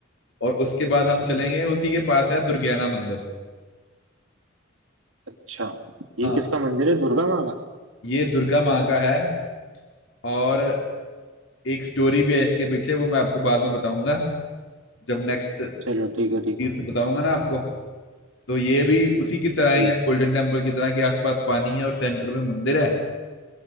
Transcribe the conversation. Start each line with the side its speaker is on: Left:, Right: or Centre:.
Left: और उसके बाद हम चलेंगे उसी के पास है दुर्गियाना मंदिर
Right: अच्छा ये
Left: हाँ
Right: किसका मंदिर है दुर्गा माँ का
Left: ये दुर्गा माँ का है और एक स्टोरी भी है इसके पीछे वो मैं आपको बाद में बताऊंगा जब नेक्स्ट तीर्थ
Right: चलो ठीक है ठीक है
Left: बताऊंगा ना आपको तो ये भी उसी की तरह
Right: ठीक
Left: ही है गोल्डन टेम्पल की तरह के आसपास पानी है और सेंटर में मंदिर है